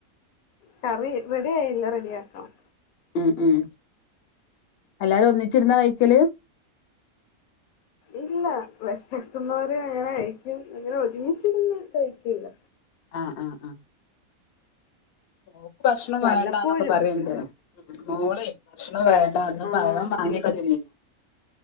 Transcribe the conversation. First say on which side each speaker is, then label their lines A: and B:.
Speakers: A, on the left; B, on the left.
A: കറി റെടി ആയില്ല റെഡി ആക്കണം
B: ഉം ഉം എല്ലാരും ഒന്നിച്ചിരുന്നാ കഴിക്കല്
A: ഇല്ല വിഷക്കുന്നവര് അങ്ങനെ കഴക്കും അങ്ങനെ ഒരുമിച്ചിരുന്ന്ഴക്കയിില്ല
B: ആഹ് ആഹ് ആഹ് നോക്ക് ഭക്ഷണം
A: വല്ലപ്പോഴും
B: വേണ്ടന്നൊക്കെ പറയണ്ട് മോളെ ഭക്ഷണം വേണ്ടന്ന്
A: ആഹ്
B: പഴം വാങ്ങിയൊക്കെ ചെയ്‌തെന്ന്